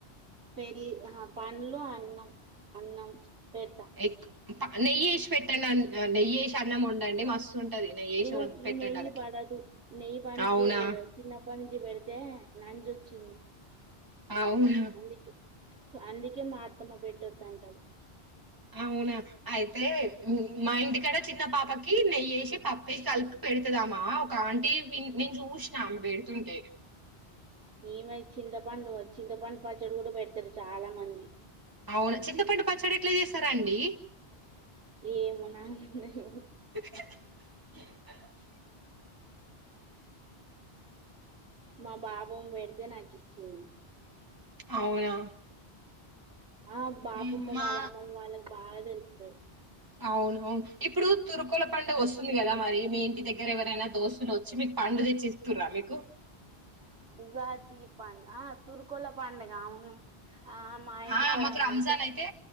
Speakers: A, on the right; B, on the right.
A: పెళ్లి ఆహ పండ్లు అన్నం అన్నం పెడతా
B: ఎగ్ నెయ్యి వేసి పెట్టండి అ నెయ్యి వేసి అన్నం వండండి మస్తు ఉంటది నెయ్యి వేసి
A: ఈమెకి
B: వం పెట్టండి
A: నెయ్యి
B: ఆళ్ళకి
A: బాడదు నెయ్యి బాంటే
B: అవునా
A: చిన్నప్పనించి పేడుతే నంజు వచ్చింది.
B: అవునా
A: అందుకే అందుకే మా అత్తమ్మ పెట్టొదు అంటది.
B: అవునా అయితే మా ఇంటి కడ చిన్న పాపకి నెయ్యేసి పప్పేసి కలిపి పెడతదామా ఒక ఆంటీ వీన్ నేను చూసినా దుంటై
A: మేమైతే చింతపండు చింతపండు పచ్చడి కూడా పెడతలే చాలా మంది
B: అవును చింతపండు పచ్చడి ఎట్లా చేస్తారాండి.
A: ఏమో నాకు తెలవదు
B: <inaudible>
A: మా బాపమ్మ పెడితే నాకు ఇచ్చేది.
B: అవునా
A: ఆ బాపమ్మ
B: ఉమ్, మా
A: వాళ్ళ అమ్మమ్మ వాళ్ళకి బాగా తెలుతది.
B: అవును అవును ఇప్పుడు తురుకోల పండుగ వస్తుంది కదా మరి మీ ఇంటి దగ్గర ఎవరైనా దోస్తులు వచ్చి మీకు ప పండ్లు తేచ్చి ఇస్తురా మీకు
A: ఉగాది పండుగ ఆ తురుకొల పండుగ అవును ఆ మా ఇంటికి
B: ఆ
A: కాడ
B: మాకు రంజాన్
A: ఉంటే
B: అయితే